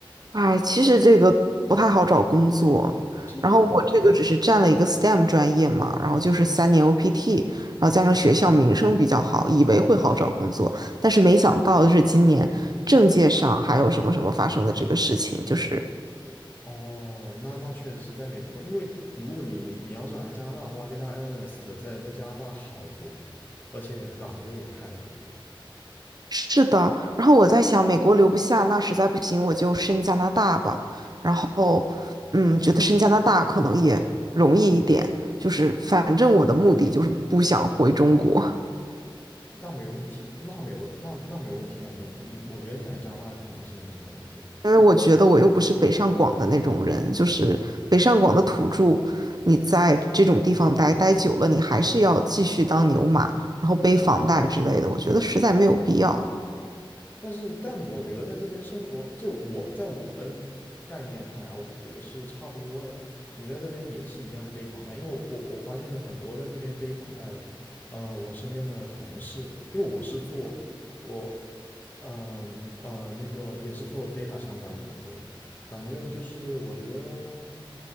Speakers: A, on the right (about 50°); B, on the left (about 20°).
A: 哎，其实这个不太好找工作。
B: 真的吗？
A: 然后我这个只是占了一个 STEM 专业嘛，然后就是三年 OPT，然后加上学校名声比较好，以为会好找工作，但是没想到就是今年政界上还有什么什么发生的这个事情，就是
B: 哦，那那确实是在美国吧，因为如果你你要是来加拿大的话，data analyst 在在加拿大好多，而且岗位也开了很多。
A: 是的，然后我在想，美国留不下，那实在不行我就申加拿大吧。然后，嗯，觉得申加拿大可能也容易一点，就是反正我的目的就是不想回中国，
B: 那没问题，那没问那那没有问题的啊，你你我觉得你来加拿大肯定是没什么问题的。
A: 因为我觉得我又不是北上广的那种人，就是北上广的土著，你在这种地方待待久了，你还是要继续当牛马，然后背房贷之类的，我觉得实在没有必要。
B: 但是但我觉得在这边生活，就我在我的概念看来，我觉得是差不多的。你在这边也是一样背房贷，因为我我发现很多在这边背房贷的，呃，我身边的同事，因为我是做我呃呃那个也是做 data 相关的工作的，反正就是我觉得